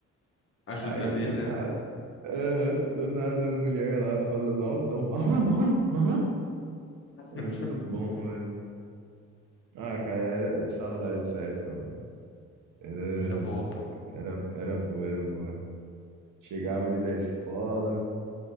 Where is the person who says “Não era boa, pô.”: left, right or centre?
Left